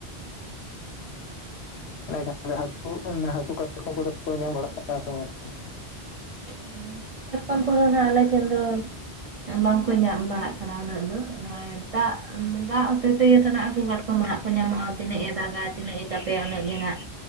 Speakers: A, on the left; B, on the right.
A: ᱦᱮᱸ ᱠᱷᱟᱱ ᱦᱟᱹᱠᱩ ᱦᱟᱹᱠᱩ ᱠᱟᱴᱠᱚᱢ ᱠᱚᱫᱚ ᱠᱚ ᱧᱟᱢ ᱵᱟᱲᱟᱜ ᱠᱟᱱᱟ ᱥᱮ ᱵᱟᱝ?
B: ᱦᱮᱸ ᱦᱟᱹᱠᱩ ᱠᱟᱴᱠᱚᱢ ᱠᱚᱫᱚ ᱱᱟᱦᱟᱸᱜ ᱟᱞᱮ ᱥᱮᱜ ᱫᱚ ᱟᱨ ᱵᱟᱝᱠᱚ ᱧᱟᱢ ᱵᱟᱲᱟᱜ ᱠᱟᱱᱟ ᱩᱱᱟᱹᱜ ᱫᱚ ᱱᱚᱜᱼᱚᱭ ᱫᱟᱜᱽ ᱫᱟᱜᱽ ᱦᱚᱸᱛᱮ ᱛᱮᱜᱮ ᱛᱚ ᱱᱟᱦᱟᱸᱜ ᱦᱟᱹᱠᱚ ᱠᱟᱴᱠᱚᱢ ᱱᱟᱦᱟᱸᱜ ᱠᱚ ᱧᱟᱢᱚᱜᱼᱟ ᱛᱤᱱᱟᱹᱜ ᱮ ᱫᱟᱜᱟ ᱛᱤᱱᱟᱹᱜ ᱮ <unintelligible> ᱩᱱᱟᱹᱜ ᱜᱮ ᱱᱟᱦᱟᱸᱜ